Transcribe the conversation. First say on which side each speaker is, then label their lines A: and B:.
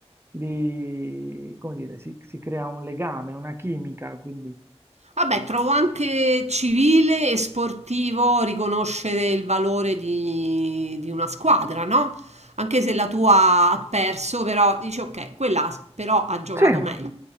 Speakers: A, on the right; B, on the right.
A: li, come dire, si, si crea un legame, una chimica, quindi...
B: Vabbè, trovo anche civile e sportivo riconoscere il valore di, di una squadra, no? Anche se la tua ha perso, però dici ok, quella però ha giocato
A: Sì,
B: meglio.